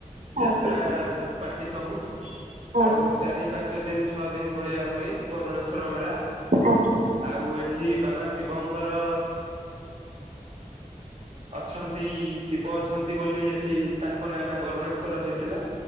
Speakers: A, on the right; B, on the right.
A: ଯାତ୍ରା
B: ଆଜ୍ଞା
A: ପାର୍ଟି ସବୁ
B: ଆଜ୍ଞା
A: ଆଉ ଚାରି ପାଞ୍ଚ ଦିନ ଛଅ ଦିନ ଭଳିଆ ହୁଏ ବରୁଣେଶ୍ଵର ମେଳା
B: ଆଜ୍ଞା।
A: ଆଉ ଏଠି ବାବା ଶିବଙ୍କର ଅଛନ୍ତି ଶିବ ଅଛନ୍ତି ବୋଲି ଏଠି ତାଙ୍କ ନାଁରେ ବରୁଣେଶ ସ୍ୱର ହେଇଥିଲା